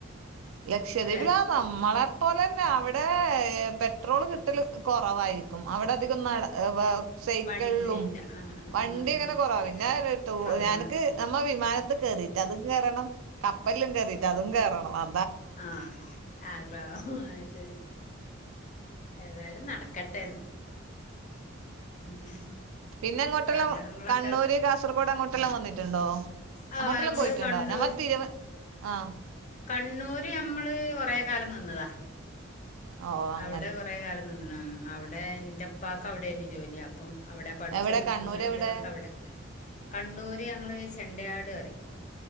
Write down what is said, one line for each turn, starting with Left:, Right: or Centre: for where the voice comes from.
Right: ലക്ഷദ്വീപിലാ
Left: അല്ലെ
Right: നമ്മളെ പോലന്നെ അവിടെ പെട്രോള് കിട്ടല് കൊറവായിരിക്കും അവിടെ അധികം <unintelligible> സൈക്കള്ളും
Left: വണ്ടിന്റെ ആ ആ
Right: വണ്ടി
Left: ആ ആ
Right: അങ്ങനെ കൊറവ പിന്നെതു
Left: കുറവാണ്
Right: എനക്ക്. നമ്മള് വിമാനത്ത് കേറീട്ട്ല്ലാ അതും കേയറണം കപ്പല്ലും കേറിറ്റ്ല്ലാ അതും കോറണം അ.
Left: ആഹ് ആഗ്രഹോ അഹ് ശരി. ഏതായാലും നടക്കട്ടെന്ന് ഉം
Right: പിന്നെങ്ങോട്ടെല്ലാം
Left: ആഗ്രഹങ്ങളൊക്കെ
Right: കണ്ണൂര് കാസർഗോഡ് അങ്ങോട്ടെല്ലാം വന്നിട്ടുണ്ടോ
Left: ആ
Right: അങ്ങോട്ടെല്ലാം
Left: നമ്മള്
Right: പോയിട്ടുണ്ടോ
Left: കണ്ണൂർ
Right: ഞമ്മ തിരുവ ആ
Left: കണ്ണൂര് നമ്മള് കൊറേ കാലം നിന്നതാ
Right: ഓ അങ്ങനെ
Left: അവിടെ കൊറെ കാലം നിന്ന്ണം. അവിടെ ഇന്റെ പ്പാക്ക് അവിടെ ന് ജോലി. അപ്പം അവിടെ പഠിച്ചതും.
Right: എവിടെ കണ്ണൂര്
Left: താക്കാക്കിയതൊക്കെ
Right: എവിടെ
Left: അവിടെ. കണ്ണൂര് ഞങ്ങൾ ചെണ്ടയാട് പറയും.